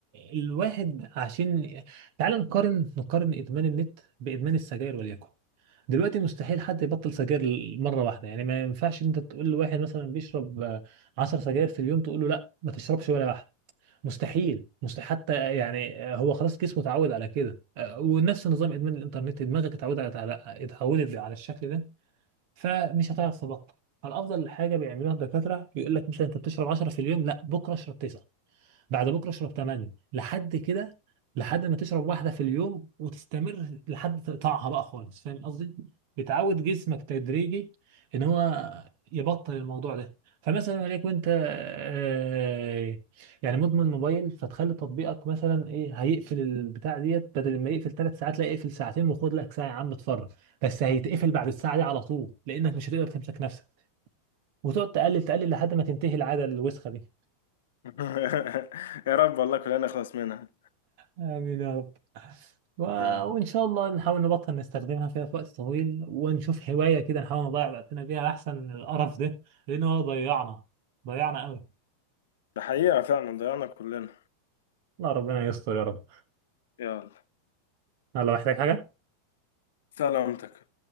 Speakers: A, on the right; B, on the left.
A: الواحد عشان تعال نقارن نقارن ادمان النت بادمان السجاير وليكن دلوقتي مستحيل حد يبطل سجاير مره واحده يعني ما ينفعش انت تقول لواحد مثلا بيشرب آه، 10 سجاير في اليوم تقول له لا ما تشربش ولا واحده مستحيل مستحيل حتى يعني آه، هو خلاص جسمه اتعود على كده آه، ونفس نظام ادمان الانترنت دماغك اتعودت على اتعودت على الشكل ده فمش هتعرف تبطل فالافضل حاجه بيعملوها الدكاتره بيقول لك مثلا انت بتشرب 10 في اليوم لا بكره اشرب 9 بعد بكره اشرب 8 لحد كده لحد ما تشرب واحده في اليوم وتستمر لحد تقطعها بقى خالص فاهم قصدي بتعود جسمك تدريجي ان هو يبطل الموضوع ده فمثلا وليكن انت آه، يعني مدمن موبايل فتخلي تطبيقك مثلا ايه هيقفل البتاع ديت بدل ما يقفل ثلاث ساعات لا يقفل ساعتين وخد لك ساعه يا عم اتفرج بس هيتقفل بعد الساعه دي على طول لانك مش هتقدر تمسك نفسك وتقعد تقلل تقلل لحد ما تنتهي العاده الوسخه دي
B: <laughs> يا رب والله كلنا نخلص منها
A: آمين يا رب و...
B: يلا
A: وإن شاء الله نحاول نبطل نستخدمها كده في وقت طويل ونشوف هواية كده نحاول نضيع وقتنا بيها أحسن من القرف ده لأنه هو ضيعنا ضيعنا قوي
B: ده حقيقه فعلا ضيعنا كلنا
A: الله ربنا يستر يا رب
B: يلا
A: الله محتاج حاجة
B: سلامتك